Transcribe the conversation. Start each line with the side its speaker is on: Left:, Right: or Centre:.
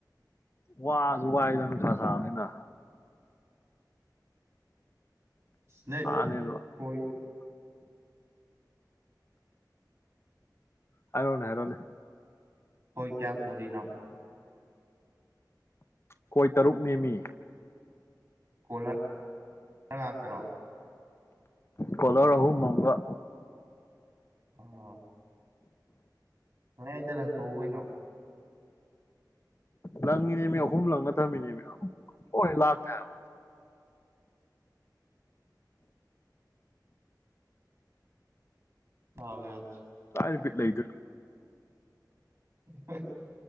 Left: ꯋꯥꯁꯨ ꯋꯥꯏꯗ ꯅꯨꯡꯁꯥ ꯁꯥꯥꯡꯕꯅꯤꯅ
Right: ꯅꯣꯏ
Left: ꯅꯦ
Right: ꯈꯣꯏ
Left: ꯍꯥꯏꯔꯣꯅꯦ ꯍꯥꯏꯔꯣꯅꯦ
Right: ꯁꯣꯏꯀꯌꯥ ꯄꯨꯔꯤꯅ
Left: ꯑꯩꯣꯏ ꯇꯔꯨꯛ ꯅꯃꯤ
Right: ꯀꯣꯂꯔ ꯉꯥꯛꯇꯔꯣ
Left: ꯀꯂꯔꯍꯨ ꯃꯪꯒ
Right: ꯑ ꯅꯣꯏ ꯑꯩꯗ ꯂꯪꯊꯣꯛꯎꯈꯩꯅꯣ
Left: ꯅꯪꯅꯦꯃꯤ ꯌ ꯑꯍꯨꯝꯂꯥꯎꯅ ꯊꯝꯃꯤꯅꯦꯕ ꯍꯣꯏ ꯂ ꯑꯥꯎ
Right: ꯑꯥꯎ ꯌꯥꯗ
Left: ꯂ ꯅꯨꯠ ꯂꯩꯗꯣꯏ
Right: ꯎꯝ